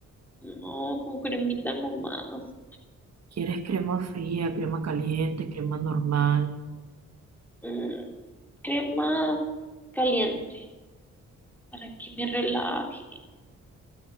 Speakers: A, in the centre; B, on the right.
A: No, con cremita nomás.
B: ¿Quieres crema fría, crema caliente, crema normal?
A: Mm, crema caliente para que me relaje.